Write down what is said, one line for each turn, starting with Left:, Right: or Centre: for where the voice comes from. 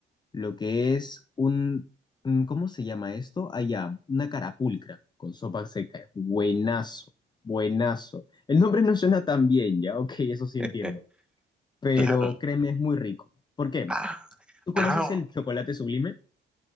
Left: lo que es un, un- ¿cómo se llama esto? Allá, una carapulcra con sopa seca. Buenazo, buenazo. El nombre no suena tan bien, ya, ok, eso sí
Centre: <laughs>
Left: entiendo pero
Centre: Claro.
Left: créeme, es muy rico. ¿Por qué?
Centre: Ah,
Left: ¿Tú conoces
Centre: ah,
Left: el chocolate sublime?